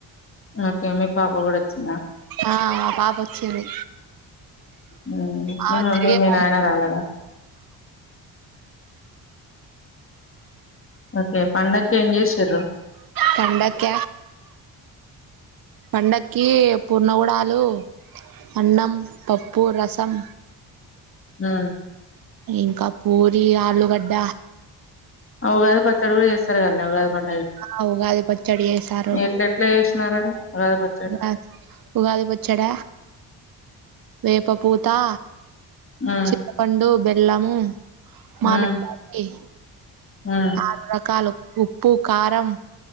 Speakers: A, on the left; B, on the right.
A: ఓకే మీ పాప కూడా వచ్ దా
B: ఆ మా పాప వచ్చింది
A: హ్మ్మ్
B: ఆమె
A: మీ మమ్మీ
B: తిరిగే
A: మీ
B: బొమ్మ
A: నాయనా రాలేద. ఓకే పండకి ఏం చేసిర్రు
B: పండక్క పండకి పున్నగడాలు అన్నం పప్పు రసం.
A: హ్మ్మ్
B: ఇంకా పూరి ఆలుగడ్డ
A: ఆ ఉగాది పచ్చడ కూడా చేస్తారు కదనే ఉగాది పండ
B: ఆ ఉగాది పచ్చడి చేసారు
A: ఎట్ల ఎట్లా చేసినారు అది ఉగాది పచ్చడి
B: ఆ ఉగాది పచ్చడ వేప పూతా
A: మ్మ్
B: చిపండు బెల్ ఎల్లమ్ము మామిడి
A: మ్మ్
B: కాయి
A: మ్మ్
B: ఆరు రకాలు ఉప్పు కారం